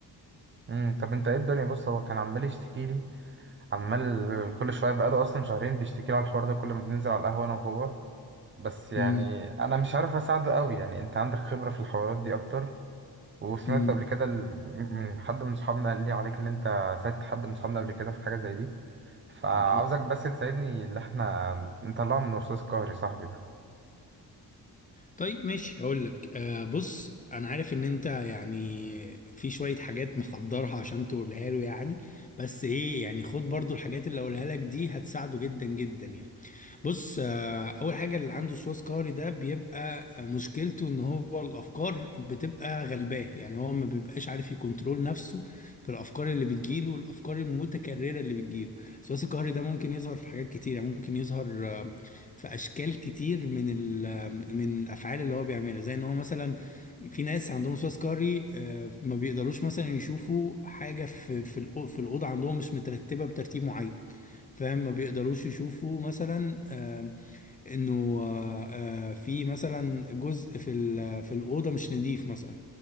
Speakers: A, on the right (about 30°); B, on the left (about 20°).
A: امم طب انت ايه الدنيا بص هو كان عمال يشتكي لي عمال كل شويه بقاله اصلا شهرين بيشتكي لي على الحوار ده كل ما بننزل على القهوه انا وهو بس يعني
B: امم
A: انا مش عارف اساعده قوي يعني انت عندك خبره في الحوارات دي اكتر وسمعت
B: امم
A: قبل كده ال- من حد من صحابنا قال لي عليك اللي انت ساعدت حد من صحابنا قبل كده في حاجه زي دي فعاوزك
B: اه
A: بس تساعدني اللي احنا نطلعه من الوسواس القهري صاحبي ده
B: طيب ماشي هقول لك آه بص انا عارف ان انت يعني في شوية حاجات محضرها عشان تقولها له يعني بس ايه يعني خد برضو الحاجات اللي اقولها لك دي هتساعده جدا جدا يعني بص آه، اول حاجه اللي عنده وسواس قهري ده بيبقى آه، مشكلته ان هو الافكار بتبقى غلباه يعني هو ما بيبقاش عارف يكنترول نفسه في الافكار اللي بتجيله والافكار المتكرره اللي بتجيله الوسواس القهري ده ممكن يظهر في حاجات كتير يعني ممكن يظهر آه، في اشكال كتير من ال آه، من الافعال اللي هو بيعملها زي ان هو مثلا في ناس عندهم وسواس قهري آه، ما بيقدروش مثلا يشوفوا حاجه في في الأو- في الاوضه عندهم مش مترتبه بترتيب معين فاهم ما بيقدروش يشوفوا مثلا آم، انه آه، آه، في مثلا جزء في ال- في الاوضه مش نظيف مثلا